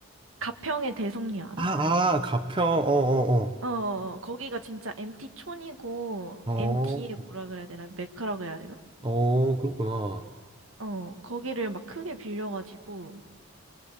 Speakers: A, on the right (about 65°); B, on the right (about 20°).
A: 가평의 대성리 알아?
B: 아, 아, 가평, 어, 어,
A: 어, 어, 어. 거기가 진짜 MT 촌이고,
B: 어. 어,
A: MT의 뭐라 그래야 되나? 메카라고 해야 되나?
B: 어, 그렇구나.
A: 어, 거기를 막 크게 빌려가지고,